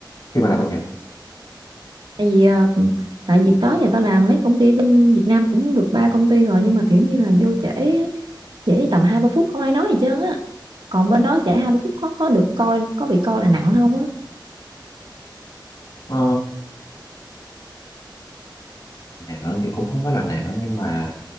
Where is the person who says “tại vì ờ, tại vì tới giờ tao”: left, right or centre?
Right